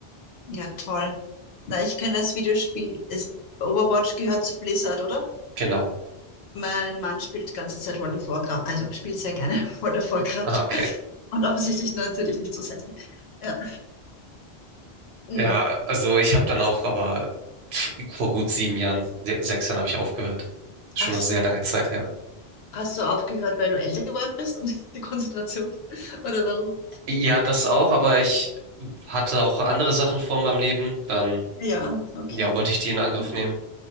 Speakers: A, on the left; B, on the right.
A: Ja, toll. Na, ich kenne das Videospiel. Ist Overwatch gehört zu Blizzard, oder?
B: Genau.
A: Mein Mann spielt die ganze Zeit World of Warcraft, also spielt sehr gerne <laughs> World of Warcraft.
B: Ah, okay.
A: Und offensichtlich natürlich nicht so selten. Ja. Mm.
B: Ja, also ich habe dann auch, aber pf- vor gut sieben Jahren, se- sechs Jahren habe ich aufgehört. Schon
A: Ach so,
B: eine sehr lange Zeit her.
A: hast du aufgehört, weil du älter geworden bist und <laughs> die Konzentration? Oder warum?
B: Ja, das auch, aber ich hatte auch andere Sachen vor meinem Leben. Dann,
A: Ja, okay.
B: ja, wollte ich die in Angriff
A: Guter Grund.
B: nehmen.